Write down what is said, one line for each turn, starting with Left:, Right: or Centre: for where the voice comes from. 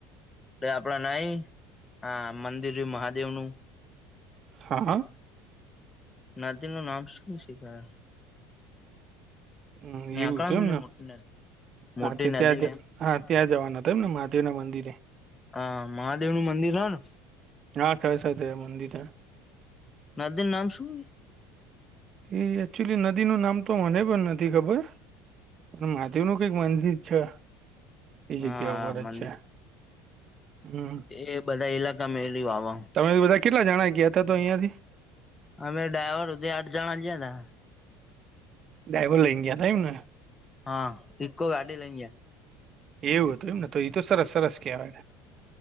Left: એ આપડા નાય હા, મંદિરયુ મહાદેવનું
Right: હા હા.
Left: નદીનું નામ શું છે સી ખર
Right: હમ,
Left: નેકળામ
Right: એવું હતું
Left: પેલી
Right: એમન.
Left: મોટી નદી મોટી
Right: હા, તે
Left: નદી
Right: ત્યાં જ
Left: ને
Right: હા, ત્યાં જવાના હતા, એમ ને મહાદેવ ના મંદિરે.
Left: હા, મહાદેવનું હેના.
Right: હા, કસ છે મંદિરે.
Left: મંદિર નામ શું?
Right: એ એકચુલી નદીનું નામ તો મને પણ નથી ખબર. મહાદેવનું કઈક મંદિર છે, એ જગ્યા
Left: હા
Right: ઉપર
Left: મંદિર
Right: જ છે. હમ
Left: એ બધાં ઈલાકામાં એલી વાવા.
Right: તમે બધાં કેટલા જણા ગયા હતા, તો અહીંયાથી?
Left: અમે ડાહોરથી આઠ જણા ગેલા.
Right: ગયા ટાઈમને.
Left: હા, ઇકો ગાડી લઈ ગયા.
Right: એવું હતું એમને, એતો સરસ સરસ કહેવાય.